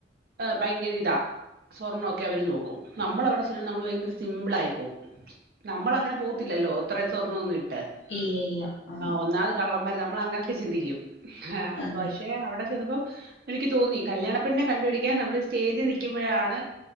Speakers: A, on the right; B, on the left.
A: ഭയങ്കര ഇതാ സ്വർണ്ണവൊക്കെ അവര് നോക്കും നമ്മൾ അവിടെ ചെല്ലുപോ നമ്മള് ഭയങ്കര സിമ്പിള് ആയി പോവും നമ്മളങ്ങനെ പോവത്തില്ലല്ലോ ഇത്രയും സ്വർണം ഒന്നും ഇട്ട്
B: ഇല്ല ഇല്ല ആഹ്
A: ഒന്നാമത് കള്ളന്മാര് നമ്മള് അങ്ങനെയൊക്കെ ചിന്തിക്കും
B: അതെ
A: പക്ഷെ അവിടെ ചെന്നപ്പോ എനിക്ക് തോന്നി കല്യാണ പെണ്ണിനെ കണ്ടുപിടിക്കാൻ നമ്മള് സ്റ്റേജിൽ നിക്കുമ്പോഴാണ്